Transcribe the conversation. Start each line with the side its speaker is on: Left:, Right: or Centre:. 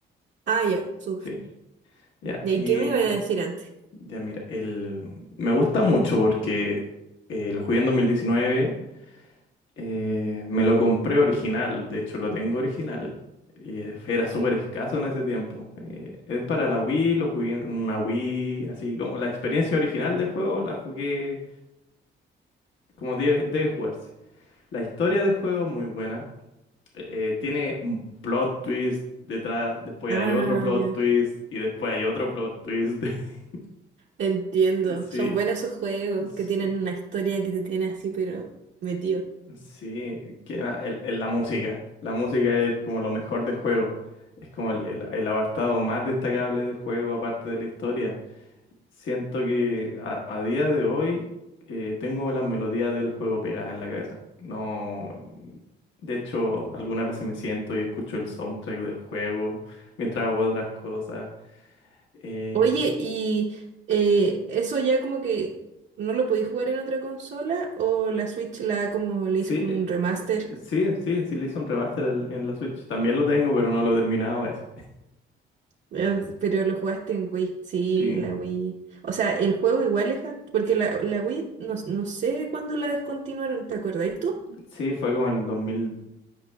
Right: Ah, ya, súper.
Left: Sí. Ya,
Right: ¿Y ahí
Left: eh,
Right: qué me iba a decir antes?
Left: ya mira, el... me gusta mucho porque eh, lo jugué en 2019. eh, me lo compré original. De hecho, lo tengo original. Y era súper escaso en ese tiempo. Eh, es para la Wii, lo jugué en una Wii. Así como la experiencia original del juego la jugué como debe, debe jugarse. La historia del juego es muy buena. Eh, eh, tiene un plot twist detrás, después
Right: Ah,
Left: hay otro plot
Right: ya.
Left: twist y después hay otro plot twist. <laughs>
Right: Entiendo.
Left: Sí,
Right: Son buenos esos juegos
Left: sí,
Right: que tienen una historia que te tiene así, pero metido.
Left: sí. ¿Qué más? El- el- la música. La música es como lo mejor del juego. Es como el, el- el apartado más destacable del juego, aparte de la historia. Siento que a, a día de hoy eh, tengo la melodía del juego pegada en la cabeza. No, de hecho, algunas veces me siento y escucho el soundtrack del juego mientras hago otras cosas. Eh,
Right: Oye, ¿y eh, eso ya como que no lo podéis jugar en otra consola? ¿O la Switch la como le
Left: sí,
Right: hizo como
Left: eh,
Right: un remaster?
Left: eh, sí, sí, sí le hice un remaster al- en la Switch. También lo tengo, pero no lo he terminado ese.
Right: Eh, Pero lo jugaste en Wii, sí,
Left: Sí,
Right: la Wii. O sea, el juego igual es, an- porque la, la Wii no, no sé cuándo la descontinuaron, ¿te acordáis tú?
Left: sí, fue como en el dos mil